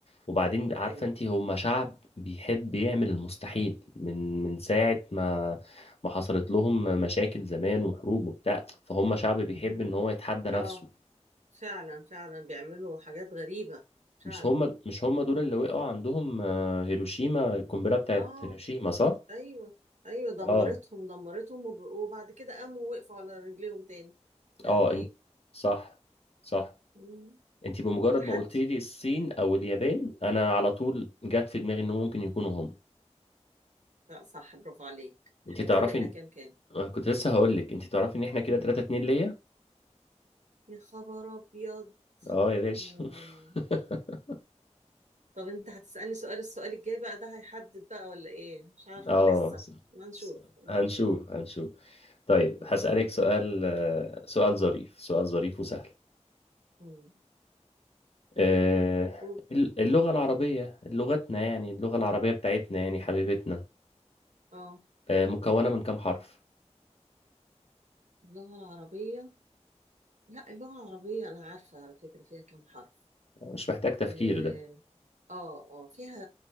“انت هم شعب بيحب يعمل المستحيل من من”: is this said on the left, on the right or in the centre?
Left